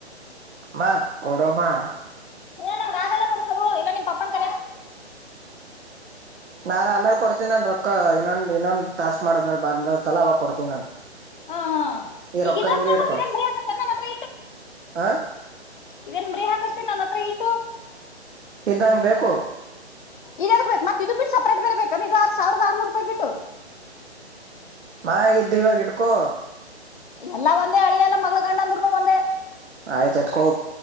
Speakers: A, on the right; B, on the left.
A: ಮಾ ಕೊಡು ಮಾ
B: ಏ ನಮ್ಮಗ ಆಗಲ್ಲ ನೋಡಪ್ರಭು ಇಲ್ಲಾ ನಿಮ್ಮ ಪಪ್ಪಾನ ಕ.
A: ನಾನ್ ಆಮೇಲ್ ಕೊಡ್ತಿನನ್ನ ರೊಕ್ಕಾ ಇನ್ನೊಂದ ಇನ್ನೊಂದ ಟಾಸ್ಕ್ ಮಾಡಿದ ಮೇಲ ಬಂದಿರ್ತಲ್ಲ ಅವಾಗ ಕೊಡ್ತಿನಾನು.
B: ಹಾ ಹಾ
A: ಈ ರೊ
B: ಈಗ
A: ಕ್ಕಾ
B: ಇದ್ರಲ್ಲಿ
A: ಹಿಂಗೆ
B: ತೊಗೊಂಡು
A: ಇಡ್ಕೊ
B: ಇದೇನ್ ಬರೀ ಹಾಕತ್ತೆ ನನ್ನ ಹತ್ರ
A: ಹಾ.
B: ಇದೇನ ಮರಿ ಹಾಕಸ್ತಿ ನನ್ನ ಹತ್ರ ಇಟ್ಟು.
A: ಇದ್ದಂಗ ಬೇಕು.
B: ಇದೇದಕ ಬೇಕು ಮತ್ತ ಇದು ಬಿಟ್ಟ ಸಪರೇಟ್ ಬೇರೆ ಬೇಕೇನ ಇದು ಆರ್ಸಾವರದ ಆರ ನೂರ ರೂಪಾಯಿ ಬಿಟ್ಟು.
A: ಮಾ ಇತ ತಿಂಗಳಗ ಇಟ್ಟಗೋ
B: ಎಲ್ಲ ಒಂದೇ ಅಳಿಯಲ್ಲ ಮಗಳ ಗಂಡ ಅಂದ್ರೂ ಒಂದೇ
A: ಆಯ ಜಜ್ಜಕೋ ಹೋಗ್.